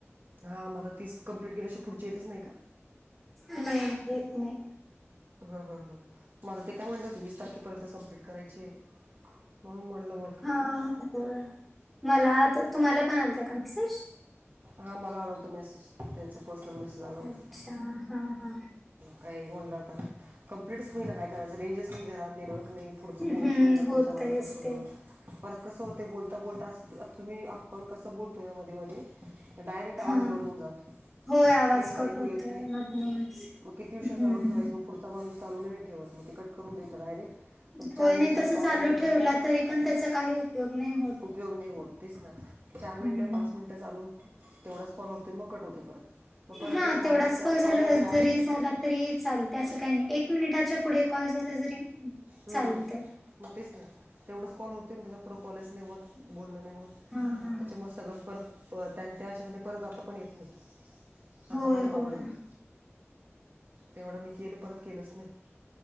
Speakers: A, on the right; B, in the centre.
A: हा मला तीस कम्प्लीट केल्याशिवाय पुढचे येतच नाही का?
B: नाही, नाही येत नाही.
A: ह, ह, ह माझं ते काय म्हणलं होते वीस तारखेपर्यंत कम्प्लीट करायचे म्हणून म्हटलं मग
B: हा, हो मला तुम्हाला पण आला था का मेसेज?
A: हा मला आला होता मेसेज त्यांचा पर्सनल मेसेज आला होता.
B: अच्छा हा हा.
A: काही म्हणलं तर. कंप्लीटस नाहीय कराचं रंजेस नाही घरात निरोक नाही पुढचं
B: हम्म
A: बोलणच होई ना
B: होतयच
A: पुढच्या माणसासोबत
B: ते
A: परत कसं होते बोलता, बोलता अस आ तुम्ही आपण कसं बोलतो या मध्ये, मध्ये डायरेक्ट
B: हा.
A: आवाज बंद होऊन जातो.
B: होय आवाज
A: काहीच
B: कट
A: ऐकू
B: होतोय
A: येत नाही
B: मधूनच
A: मग किती विषय
B: हम्म.
A: चालू ठेवायच मग पुढचा माणूस चालू नाही ठेवत नाही कट करून देता डायरेक्ट ते
B: होय
A: चार मिनिट,
B: नाही तसं
A: पाच
B: चालू
A: मिनिट
B: ठेवला तरी पण त्याचा काही उपयोग नाही होत.
A: उपयोग नाही होत तेच ना चार मिनिटं,
B: हम्म.
A: पाच मिनिटं चालू तेवढाच कॉल होतो मग कट होते परत. मग परत
B: हा
A: एक
B: तेवढाच
A: मग त्याच
B: कॉल झाला
A: कॉलमध्ये ॲड
B: जरी झाला तरी चालते असं काही नाही एक मिनिटाच्या पुढे कॉल झाला जरी
A: हम्म
B: चालते
A: मग तेच ना तेवढंच कॉल होते मग त्याच्या पुढं कॉलेच नाही होत बोलण नाही होत.
B: हा हा
A: त्याच्यामुळे सगळंच परत त्यां त्याच्यामध्ये परत जात पण येत नाही.
B: होय
A: असा पण
B: होय
A: प्रॉब्लेम आहे तेवढं मी केलं परत केलंच नाही.